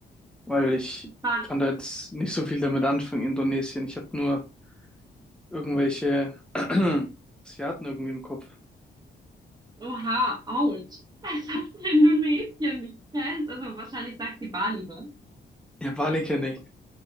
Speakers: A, in the centre; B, on the right (about 20°).
A: Weil ich
B: Dann,
A: kann da jetzt nicht so viel damit anfangen, Indonesien. Ich habe nur irgendwelche <clears throat> Asiaten irgendwie im Kopf.
B: oha, ouch. <laughs> Ich habe Indonesien nicht kennst. Also wahrscheinlich sagt die Bali lieber.
A: Ja, Bali kenne ich.